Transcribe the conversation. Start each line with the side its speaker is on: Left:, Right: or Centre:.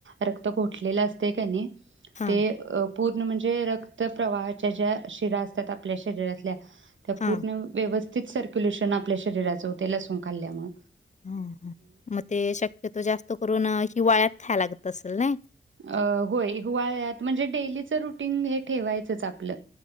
Right: रक्त घोटलेल असतय का नाई?
Left: हां,
Right: ते अ पूर्ण म्हणजे रक्त प्रवाहाच्या ज्या शिरा असतात आपल्या शरीरातल्या त्या
Left: हां.
Right: पूर्ण व्यव तेच सर्क्युलेशन आपल्या शरीराच होतय लसूून खाल्ल्यामुळ.
Left: ह हं मग ते शक्यतो जास्त करून हिवाळ्यात खाय लाग तसलाय
Right: अ होय हिवाळ्यात म्हणजे डेलीच रुटीन हे ठेवायचंच आपलं.